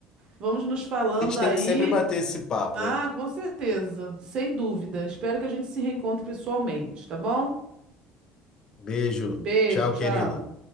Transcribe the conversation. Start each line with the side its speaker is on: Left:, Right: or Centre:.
Right: Vamos nos falando
Left: A gente
Right: aí.
Left: tem que sempre bater esse papo,
Right: Ah,
Left: é.
Right: com certeza, sem dúvida. Espero que a gente se reencontre pessoalmente, tá bom?
Left: Beijo.
Right: Beijo,
Left: Tchau,
Right: tchau.
Left: querido.